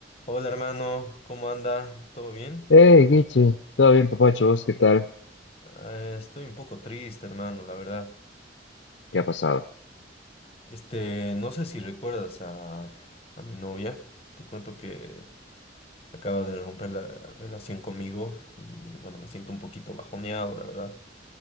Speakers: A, on the left (about 35°); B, on the left (about 70°).
A: Hola hermano, ¿cómo anda? ¿Todo bien?
B: Hey, Guiche, ¿todo bien, papacho? ¿Vos qué tal?
A: Eh, estoy un poco triste, hermano, la verdad.
B: ¿Qué ha pasado?
A: Este, no sé si recuerdas a, a mi novia. Te cuento que acaba de romper la relación conmigo y bueno, me siento un poquito bajoneado, la verdad.